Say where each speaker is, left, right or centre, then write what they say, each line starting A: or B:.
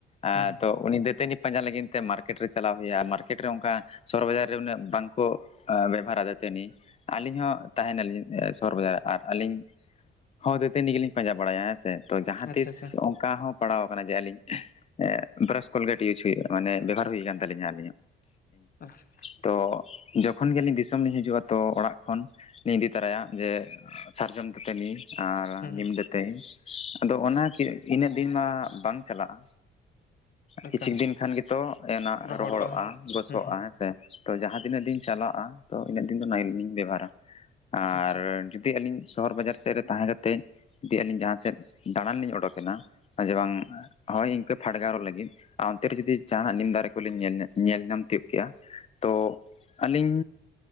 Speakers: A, on the left; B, on the left.
A: ᱮᱸ
B: ᱦᱩᱸ ᱦᱩᱸ
A: ᱛᱚ ᱩᱱᱤ ᱫᱟᱹᱛᱟᱹᱱᱤ ᱯᱟᱸᱡᱟ ᱞᱟᱹᱜᱤᱫ ᱛᱮ ᱢᱟᱨᱠᱼᱼ ᱠᱮᱴ ᱨᱮ ᱪᱟᱞᱟᱣ ᱦᱩᱭᱜ-ᱟ ᱢᱟᱨᱠᱮᱴ ᱨᱮ ᱚᱱᱠᱟ ᱥᱚᱦᱚᱨ ᱵᱟᱡᱟᱨ ᱨᱮ ᱩᱱᱟᱹᱜ ᱵᱟᱝ ᱠᱚ ᱵᱮᱵᱷᱟᱨᱟ ᱫᱟᱹᱛᱟᱹᱱᱤ᱾ ᱟᱹᱞᱤᱧ ᱦᱚᱸ ᱛᱟᱦᱮᱸᱱᱟᱞᱤᱧ ᱥᱚᱦᱚᱨ ᱵᱟᱡᱟᱨ ᱨᱮ ᱟᱨ ᱟᱹᱞᱤᱧᱼᱼ ᱦᱚᱸ ᱫᱟᱹᱛᱟᱹᱱᱤ ᱜᱤᱞᱤᱧ ᱯᱟᱸᱡᱟ ᱵᱟᱲᱟᱭᱟ ᱦᱮᱸᱥᱮ, ᱛᱚ ᱡᱟᱦᱟᱸ
B: ᱟᱪᱪᱷᱟ
A: ᱛᱤᱥᱼᱼ
B: ᱟᱪᱪᱷᱟ
A: ᱚᱠᱟ ᱦᱚᱸ ᱯᱟᱲᱟᱣ ᱠᱟᱱᱟ ᱡᱮ ᱟᱹᱞᱤᱧ ᱵᱨᱟᱥ ᱠᱚᱞᱜᱮᱴ ᱤᱭᱩᱥ ᱦᱩᱭᱩᱜ-ᱟ ᱢᱟᱱᱮ ᱵᱮᱵᱷᱟᱨᱼᱼ ᱦᱩᱭ ᱠᱟᱱ ᱛᱟᱹᱞᱤᱧᱟ ᱟᱹᱞᱤᱧᱟᱜᱼᱼ
B: <unintelligible>
A: ᱛᱚ ᱡᱚᱠᱷᱚᱱ ᱜᱮᱞᱤᱧ ᱫᱤᱥᱚᱢ ᱞᱤᱧ ᱦᱤᱡᱩᱜ-ᱟ ᱛᱚ ᱚᱲᱟᱜ ᱠᱷᱚᱱᱼᱼ ᱞᱤᱧ ᱤᱫᱤ ᱛᱚᱨᱟᱭᱟ ᱡᱮ ᱥᱟᱨᱡᱚᱢ ᱫᱟᱹᱛᱟᱹᱱᱤ᱾ ᱟᱨ
B: ᱦᱩᱸ ᱦᱩᱸ
A: ᱱᱤᱢ ᱫᱟᱹᱛᱟᱹᱱᱤ ᱟᱫᱚ ᱚᱱᱟ ᱤᱱᱟᱹᱜ ᱫᱤᱱ ᱢᱟ ᱵᱟᱝ ᱪᱟᱞᱟᱜ-ᱟ᱾
B: ᱮᱠᱟᱞ
A: ᱠᱤᱪᱷᱩ ᱫᱤᱱ ᱠᱷᱟᱱ ᱜᱮᱛᱚ ᱚᱱᱟ
B: ᱨᱚᱦᱚᱲᱚᱜᱼᱟ
A: ᱨᱚᱦᱚᱲᱚᱜ-ᱟ, ᱜᱚᱥᱚᱜ-ᱟ᱾
B: ᱦᱩᱸ ᱦᱩᱸ
A: ᱦᱮᱸᱥᱮ ᱛᱚ ᱡᱟᱦᱟᱸ ᱛᱤᱱᱟᱹᱜ ᱫᱤᱱ ᱪᱟᱞᱟᱜ-ᱟ ᱛᱚ ᱤᱱᱟᱹᱜ ᱫᱤᱱ ᱫᱚ ᱱᱤᱭᱟᱹ ᱜᱮᱞᱤᱧ ᱵᱮᱣᱦᱟᱨᱟ᱾ ᱟᱨ
B: ᱟᱪᱪᱷᱟ ᱟᱪᱪᱷᱟ
A: ᱡᱩᱫᱤ ᱟᱹᱞᱤᱧᱼᱼ ᱥᱚᱦᱚᱨ ᱵᱟᱡᱟᱨ ᱥᱮᱫ ᱨᱮ ᱛᱟᱦᱮᱸ ᱠᱟᱛᱮ ᱡᱩᱫᱤ ᱟᱹᱞᱤᱧ ᱡᱟᱦᱟᱸ ᱥᱮᱫ ᱫᱟᱬᱟᱱ ᱞᱤᱧ ᱚᱰᱳᱠᱮᱱᱟ, ᱡᱮ ᱵᱟᱝᱼᱼ ᱦᱳᱭ ᱤᱱᱠᱟᱹ ᱯᱷᱟᱰᱜᱟᱨᱚᱜ ᱞᱟᱹᱜᱤᱫ ᱟᱨ ᱚᱱᱛᱮ ᱨᱮ ᱡᱩᱫᱤ ᱡᱟᱦᱟᱸᱱᱟᱜᱼᱼ ᱱᱤᱢ ᱫᱟᱨᱮ ᱠᱚᱞᱤᱧ ᱧᱮᱞ ᱧᱟᱢ ᱛᱤᱭᱳᱜ ᱠᱮᱜ-ᱟ ᱛᱚ ᱟᱹᱞᱤᱧᱼᱼ